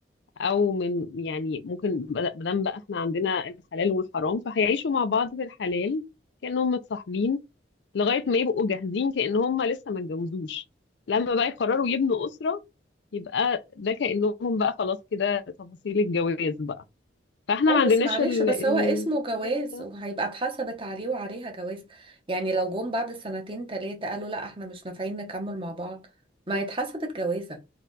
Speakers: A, on the left; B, on the right.
A: او من يعني ممكن بد- مادام بقى احنا عندنا الحلال والحرام فهيعيشوا مع بعض في الحلال كانهم متصاحبين لغايه ما يبقوا جاهزين كان هم لسه ما اتجوزوش لما بقى يقرروا يبنوا اسره يبقى ده كانهم بقى خلاص كده تفاصيل الجواز بقى فاحنا
B: اي
A: ما
B: بس
A: عندناش
B: معلش
A: ال-
B: بس
A: ال-
B: هو اسمه
A: الاختيار
B: جواز
A: ده
B: وهيبقى اتحسبت عليه وعليها جواز يعني لو جم بعد سنتين تلاتة قالوا لا احنا مش نافعين نكمل مع بعض ما يتحسبت جوازة